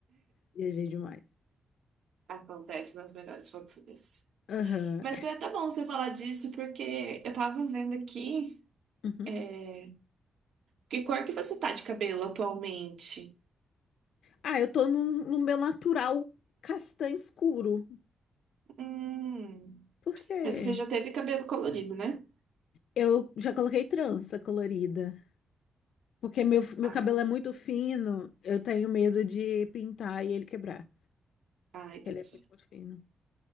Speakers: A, on the left; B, on the right.
A: Viajei demais.
B: Acontece nas melhores famílias.
A: Aham.
B: Mas foi até bom você falar disso, porque eu tava vendo aqui.
A: <laughs>
B: é, Que cor que você tá de cabelo atualmente?
A: Ah, eu tô no, no meu natural castanho escuro.
B: Hum,
A: Por quê?
B: mas você já teve cabelo colorido, né?
A: Eu já coloquei trança colorida. Porque meu, meu
B: Ah,
A: cabelo é muito fino, eu tenho medo de pintar e ele quebrar.
B: ah, entendi.
A: Ele é muito, muito fino.